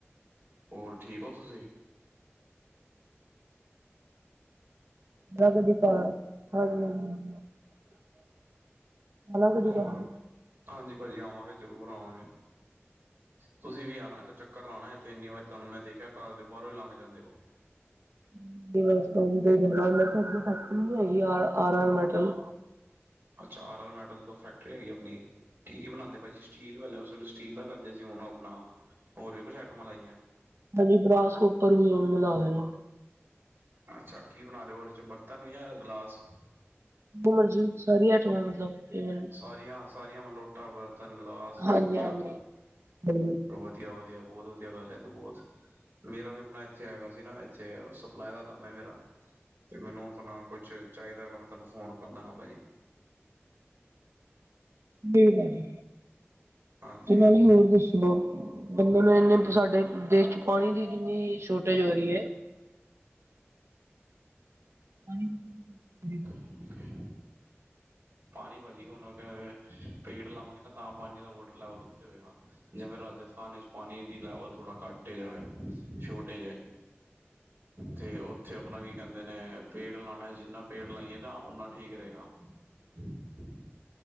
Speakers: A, on the right; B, on the right.
A: ਹੋਰ ਠੀਕ ਓ ਤੁਸੀ?
B: <unintelligible> ਅਲੱਗ ਦੀ
A: ਹੋਰ,
B: ਕਾਰ
A: ਹਾਂਜੀ ਭਾਜੀ ਆਵਾਂਗੇ ਜ਼ਰੂਰ ਆਵਾਂਗੇ। ਤੁਸੀ ਵੀ ਆਨਾ ਏਕ ਚੱਕਰ ਲਾਣਾ ਐਥੇ, ਇੰਨੀ ਵਾਰੀ ਤੁਆਨੂੰ ਮੈਂ ਦੇਖੇਆ ਘਾਰ ਦੇ ਬਾਰੋਂ ਈ ਲਾੰਗ ਜਾਂਦੇ ਓ।
B: <unintelligible> ਫੈਕਟਰੀ ਵੀ ਹੈਗੀ ਆ ਆਰ-ਆਰ ਮੈਟਲ?
A: ਅੱਛਾ ਆਰ ਆਰ ਮੈਟਲ ਤੋਂ ਫੈਕਟਰੀ ਹੈਗੀ ਆਪਣੀ, ਕੀ- ਕੀ ਬਣਾਉਂਦੇ ਭਾਜੀ ਸਟੀਲ ਵ ਸਟੀਲ ਦਾ ਕਰਦੇ ਸੀ ਉਹ ਆਪਣਾ, ਹੋਰ ਵੀ ਕੁਛ ਆਈਟਮਾਂ ਲਾਈਆਂ
B: ਹਜੇ ਬਰਾਸਕ ਉੱਪਰ ਵੀ ਉਹਨੂੰ ਬਣਾ ਲਿਆ
A: ਅੱਛਾ ਕੀ ਬਣਾ ਲਿਓ ਉਹਦੇ 'ਚ ਬਰਤਨ ਜਾਂ ਗਲਾਸ
B: ਮਣ ਜੀ ਸਾਰੀ ਆਈਟਮਾਂ ਆ ਮਤਲਬ ਈਵਨ
A: ਸਾਰੀਆਂ, ਸਾਰੀਆਂ ਵ ਲੋਟਾਂ, ਬਰਤਨ, ਗਲਾਸ,
B: ਹਾਂਜੀ
A: ਚਮਚਾ
B: ਹਾਂਜੀ
A: ਵਧੀਆ
B: ਹਾਂਜੀ
A: ਵਧੀਆ, ਵਧੀਆ ਬਹੁਤ ਵਧੀਆ ਗੱਲ ਤੇ ਬਹੁਤ, ਮੇਰਾ ਵੀ ਆਪਣਾ ਇੱਥੇ ਹੈਗਾ ਸੀ ਨਾ ਇੱਥੇ ਸਪਲਾਈ ਦਾ ਕੰਮ ਹੈ ਮੇਰਾ, ਤੇ ਮੈਨੂੰ ਆਪਣਾ ਕੁਛ ਚਾਹੀਦਾ ਹੈਗਾ ਮੈਂ ਤੁਹਾਨੂੰ ਫੋਨ ਕਰ ਦਵਾਂਗਾ ਭਾਜੀ
B: ਨਹੀ ਭਾਜੀ,
A: ਹਾਂਜੀ
B: ਤੇ ਨਾਲੇ ਹੋਰ ਦੱਸੋ ਬ ਬੰਦੇ ਨੂੰ ਇੰਨੇ ਸਾਡੇ ਦੇਸ਼ 'ਚ ਪਾਣੀ ਦੀ ਕਿੰਨੀ ਸ਼ੋਰਟੇਜ ਹੋ ਰਹੀ ਹੈ ਬ <unintelligible>
A: ਹ <inaudible> ਪਾਣੀ ਭਾਜੀ ਹੁਣ, ਪੇੜ ਲਾਵਾਂਗੇ ਨਾ ਤਾਂ ਪਾਣੀ ਦਾ ਵੋਟ ਲੈਵਲ ਉੱਤੇ ਹੋਏਗਾ, ਜਿਵੇਂ ਰਾਜਸਥਾਨ ਵਿੱਚ ਪਾਣੀ ਦੀ ਲੈਵਲ ਥੋੜਾ ਘੱਟ ਛਟ ਜਾਵੇ ਛੋਟੇ ਜਿਹੇ। ਤੇ ਉੱਥੇ ਆਪਣਾ ਕੀ ਕਹਿੰਦੇ ਨੇ ਪੇੜ ਲਾਉਣਾ ਜਿੰਨਾ ਪੇੜ ਲਾਈਏ ਨਾ ਓਨਾ ਠੀਕ ਰਹੇਗਾ। <inaudible>